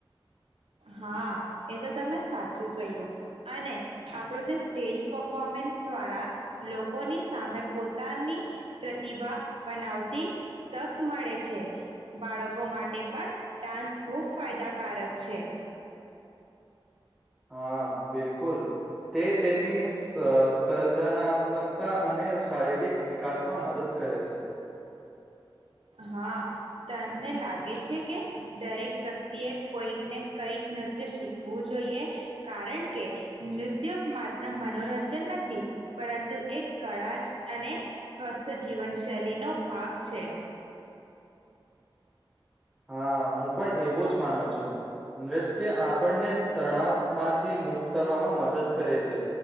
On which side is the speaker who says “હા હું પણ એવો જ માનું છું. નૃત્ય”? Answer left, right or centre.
Centre